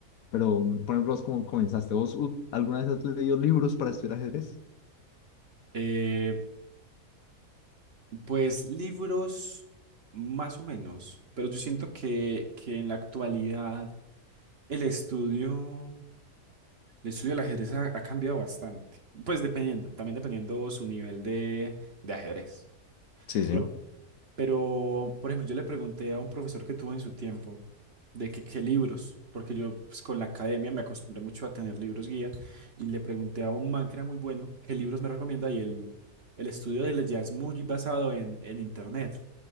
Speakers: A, on the left; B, on the right.
A: Pero, mm, por ejemplo, vos cómo comenzaste. ¿Vos u- alguna vez has leído libros para estudiar ajedrez?
B: Eh, Pues libros, más o menos, pero yo siento que, que en la actualidad el estudio, el estudio del ajedrez ha, ha cambiado bastante. Pues dependiendo, también dependiendo su nivel de, de ajedrez.
A: Sí, sí.
B: Pero, pero, por ejemplo, yo le pregunté a un profesor que tuvo en su tiempo de que qué libros, porque yo pues, con la academia me acostumbré mucho a tener libros guía, y le pregunté a un man que era muy bueno qué libros me recomienda y el, el estudio de él ya es muy basado en, en internet